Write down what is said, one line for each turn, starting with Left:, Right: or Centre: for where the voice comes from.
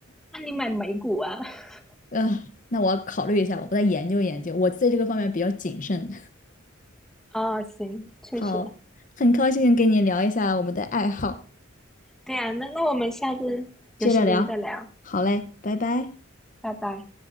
Centre: 那你买美股啊？<laughs>
Left: 嗯，那我要考虑一下吧，我再研究研究。我在这个方面比较谨慎。
Centre: 哦，行，
Left: <laughs>
Centre: 确实，
Left: 好，很高兴跟你聊一下我们的爱好，
Centre: 对啊，那那我们下次有时间再聊，
Left: 接着聊。好嘞，拜拜。
Centre: 拜拜。